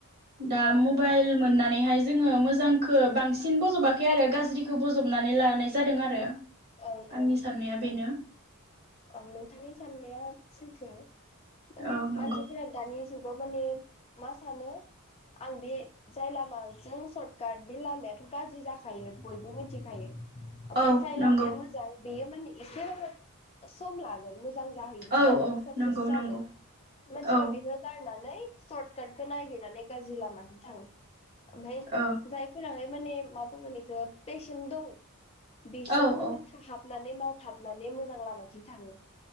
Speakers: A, on the right; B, on the left.
A: दा
B: औ
A: मबाइल
B: औ
A: मोननानै मोननानैहाय जोङो मोजांखौ बांसिन बज'बाखै आरो गाज्रिखौ बज'बनानै लानाय जादों आरो।
B: औ
A: आंनि
B: औ
A: साननाया बेनो
B: औ नोंथांनि साननाया सैथो माने
A: औ नंगौ
B: मानसिफोरा दानि जुगाव माने मा सानो आं बे जाय लामाजों सर्टकाट बे लामायाथ' गाज्रि जाखायो बयबो मिथिखायो। ओमफ्राय
A: औ
B: जाय
A: नंगौ
B: लामाया मोजां। बेैयो माने इसे बाबो सम लागोन- मोजां जाहैनो
A: औ
B: बा नों
A: औ
B: साकसेस
A: नंगौ
B: जानो
A: नंगौ
B: मानसिफ्रा
A: औ
B: बेखौ गारनानै। सशर्ट काटखौ नागिरनानै गाज्रि लामाजों थाङो। ओमफाय
A: औ
B: जायफोराहाय माने मा बुङो बेखौ पेसेन दं। बिसोरो
A: औ
B: माने थाब- नानै मावथाबनानै मोजां लामा थिं थाङो।